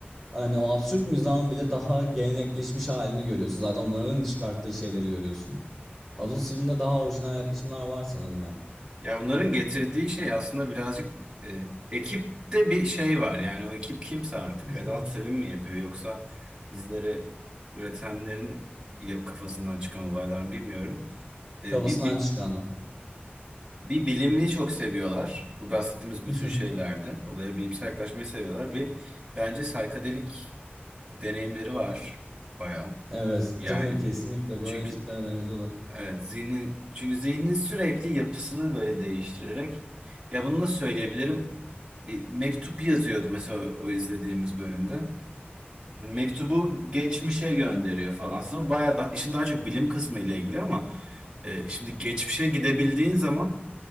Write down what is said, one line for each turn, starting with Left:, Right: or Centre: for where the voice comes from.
Centre: hani o absürt mizahın bile daha gelenekleşmiş halini görüyorsun. Zaten onların çıkarttığı şeyleri görüyorsun. Adult Swim'de daha orijinal yaklaşımlar var sanırım ya.
Right: Ya onların getirdiği şey aslında birazcık e, ekipte bir şey var. Yani o ekip kimse artık.
Centre: <laughs>
Right: Edalt Sevim mi yapıyor yoksa bizleri üretenlerin ya- kafasından çıkan olaylar mı bilmiyorum. E,
Centre: Kafasından
Right: bir, bir,
Centre: çıkanlar.
Right: bir bilimi çok seviyorlar. Bu bahsettiğimiz bütün
Centre: <laughs>
Right: şeylerde. Olaya bilimsel yaklaşmayı seviyorlar. Bir bence saykadelik deneyimleri var bayağı.
Centre: Evet,
Right: Yani
Centre: değil mi? Kesinlikle böyle
Right: çünkü
Centre: tiplere benziyorlar.
Right: evet zihnin çünkü zihnin sürekli yapısını böyle değiştirerek ya bunu da söyleyebilirim bir mektup yazıyordu mesela o izlediğimiz bölümde. Hani Mektubu geçmişe gönderiyor falan. Aslında bayağı da işin daha çok bilim kısmı ile ilgili ama e, şimdi geçmişe gidebildiğin zaman